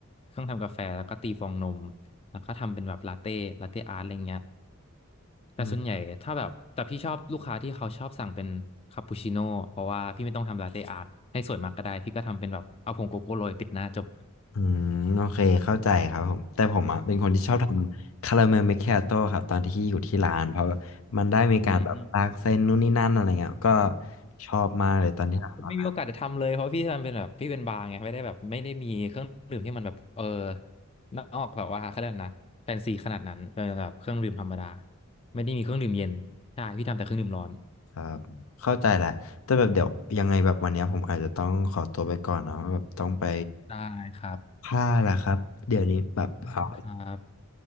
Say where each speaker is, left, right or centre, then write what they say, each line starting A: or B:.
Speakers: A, on the left; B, on the left.
A: เครื่องทำกาแฟแล้วก็ตีฟองนมแล้วก็ทำเป็นแบบลาเต้ลาเต้อาร์ตอะไรเงี้ยแต่ส่วนใหญ่ถ้าแบบแต่พี่ชอบลูกค้าที่เขาชอบสั่งเป็นคาปูชิโน่เพราะว่าพี่ไม่ต้องทำลาเต้อาร์ตให้สวยมากก็ได้พี่ก็ทำเป็นแบบเอาผงโกโก้โรยปิดหน้าจบ
B: อืมอืมโอเคเข้าใจครับผมแต่ผมอ่ะเป็นคนที่ชอบทำคาราเมลเมคคิอาโต้ครับตอนที่อยู่ที่ร้านเพราะแมันได้มีการแบบลากเส้นนู่นนี่นั่นอะไรเงี้ยก็
A: ครับอืม
B: ชอบมากเลยตอนที่ทำ
A: มีโอกาสจะทำเลยเพราะพี่มันเป็นแบบพี่เป็นบาร์ไงไม่ได้แบบไม่ได้มีเครื่องดื่มที่มันแบบเออนอกแบบว่าเขาเรียกอะไรนะแฟนซีขนาดนั้นเป็นแบบเครื่องดื่มธรรมดาไม่ได้มีเครื่องดื่มเย็นใช่พี่ทำแต่เครื่องดื่มร้อน
B: ครับเข้าใจแหละแต่แบบเดี๋ยวยังไงแบบวันเนี้ยผมอาจจะต้องขอตัวไปก่อนเนาะแบบต้องไป
A: ได้ครับ
B: ผ้าแหละครับเดี๋ยวนี้แบบเอ่อ
A: ได้ครับ